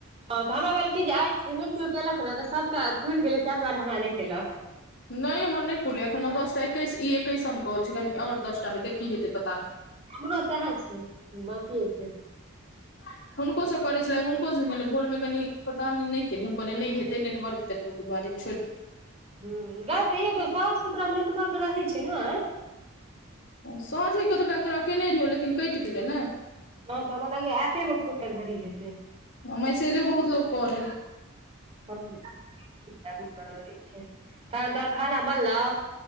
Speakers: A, on the right (about 30°); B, on the left (about 60°).
A: हँ तऽ हमरा भेल कि जे आइ से नहि केओ केलक ने तऽ सभके पूरि गेलै ताहि दुआरे हमरा नहि केलक
B: नहि हमर नहि पुरलै एखऩ नो दस टा एकैस ई एकैसम काॅल छै एखन आओर दसटा हेतै की हेतै पता नहि
A: हमरो सएह छै बाकिए छै
B: <inaudible> हुनकोसभ करैत छलै हुनकोसभ कहै भोरमे कनि पता नहि केलियै हम कहलियै नहि हेतै नेटवर्क तऽ ओकर बआ छोड़ि <unintelligible>
A: ह गाय तऽ त साँझ के तोरा नेटवर्क रहै छै ने
B: साँझेके तऽ काल्हि तोरा केयने रहियो लेकिन कटि गेलै ने
A: हँ तऽ हमरा लागै ऐपे मे कोनो गड़बड़ी हेतै
B: मेसेजो बहुत लोक कर
A: हँ ऐप मे गड़बड़ी तहन तोहर खाना बनलउ